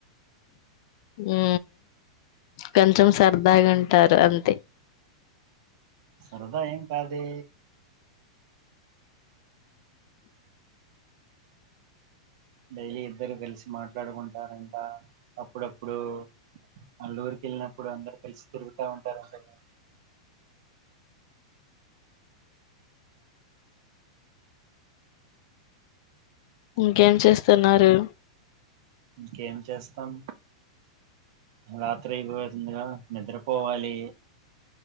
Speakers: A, on the left (about 60°); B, on the right (about 60°).
A: ఉ కొంచెం సరదాగుంటారు అంతే
B: సరదా ఏం కాదే డైలీ ఇద్దరు కలిసి మాట్లాడుకుంటారంటా అప్పుడప్పుడు వల్లూరికి వెళ్ళినప్పుడు అందరు కలిసి తిరుగుతా ఉంటారుంటగా
A: ఇంకేం చేస్తున్నారు
B: ఇంకేం చేస్తాం రాత్రి ఇపోతుందిగా నిద్రపోవాలి